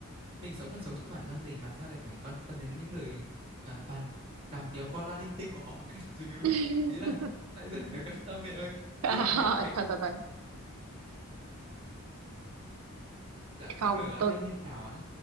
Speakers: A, on the right; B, on the right.
A: Mình sống là sống cho bản thân mình mà sao lại phải quan tâm đến những lời, à, bàn đàm tiếu qua la linh tinh của họ cơ chứ?
B: <laughs>
A: Ý là tại sao phải quan tâm mẹ ơi?
B: à,
A: Ý là nếu mà mẹ không
B: thôi thôi thôi
A: dạ không
B: không
A: được ạ,
B: tôi
A: hay như nào ạ?